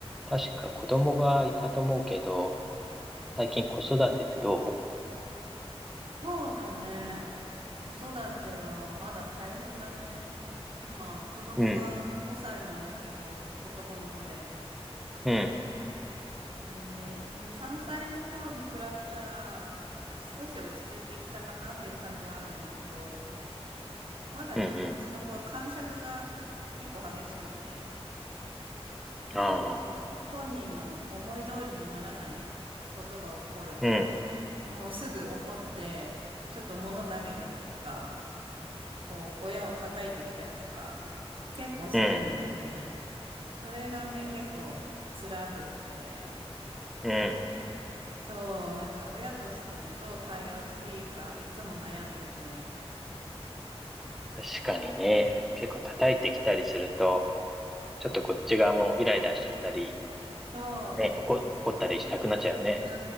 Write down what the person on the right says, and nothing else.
そうだね。子育てはまだ大変だね。今、子供が5歳なんだけど、
男の子で。
んで、2、3歳の頃に比べたら、少し落ち着いてきたかなっていう感じはあるんだけど、まだちょっとうちの子は癇癪が結構激しくて、
結構なんか本人の思い通りにならないことが起こると、
もうすぐ怒って、ちょっと物投げたりとか、こう、親を叩いてきたりとか、結構するんだよね。
それがね、結構辛くって、
そう、なんか親としてね、どう対応していいか、いつも悩んでるね。
そ
う、う